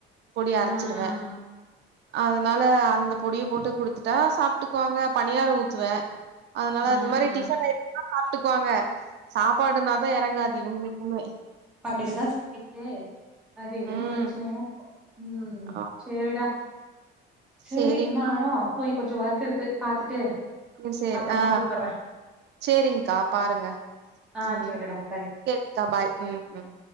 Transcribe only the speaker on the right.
பொடிய அரச்சிருவேன்
அ அதனால அந்த பொடிய போட்டு குடுத்துட்டா சாப்ட்டுக்குவாங்க பனியாரொ ஊத்துவேன் அதனால
அந்த மாரி
டிஃபன் ஐட்டம்னா சாப்ட்டுக்குவாங்க சாப்பாடுனாதா எறங்காது இவுங்களுக்குமே
ம்
ஆ
சேரிங்க்கா
ம் சரி
ஆ
சேரிங்க்கா பாருங்க
உம்
சேர்க்கா பாய் உம் உம்